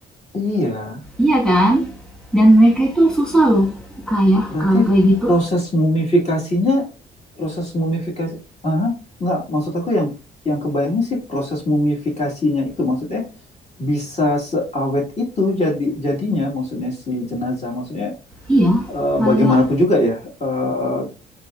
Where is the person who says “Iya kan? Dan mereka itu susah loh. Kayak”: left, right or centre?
Centre